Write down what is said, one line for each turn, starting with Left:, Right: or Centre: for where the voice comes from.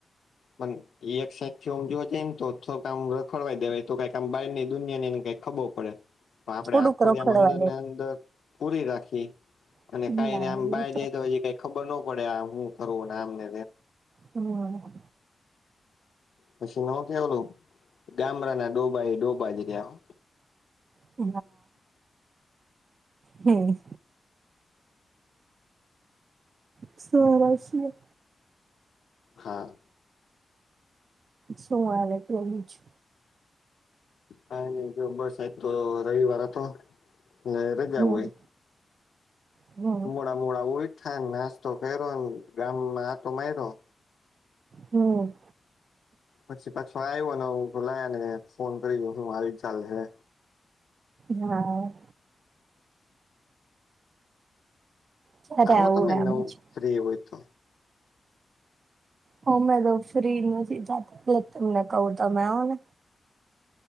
Left: મને એ એક સા થીમ જોવા જાય ને તો થો કામ રખડવાઈ દેવાય તો કઈક આમ બહાર ની દુનિયા ને કઈ ખબરો પડે પણ આપડે
Right: થોડુંક
Left: આખો
Right: રખડવા
Left: ત્યા આ મંદરની અંદર પૂરી રાખી
Right: દેવાય
Left: અને કાઈને
Right: ના
Left: આમ બહાર
Right: એ
Left: જાય તો હોય છે કઈ ખબર ન પડે હું કરું આમને
Right: હ
Left: પછી ન કે ઓલું ગામડા ના ડોભાાઈ ડોભા જ ત્યા
Right: હ હમ સ છે.
Left: હા
Right: શુંવા તો છે.
Left: હા ન જો બસ આ તો રવિવાર હતો ને રજા
Right: હમ
Left: હોય
Right: હમ
Left: ડા મળ ઉય થાને નાસ્તો કર્યોને ગામમાં આતો માર્યો
Right: હમ
Left: પછી પાછો આવ્યો ને હું તો લાયા ને ફોન કરીયો હું આવી ચલે હે
Right: હા ક્યારે
Left: આવો
Right: આવું
Left: તમે
Right: આ
Left: નવ
Right: બાજુ
Left: ફ્રી હોય તો.
Right: હ મેં તો ફ્રી ન જતા તમને કહું તો મે ઓને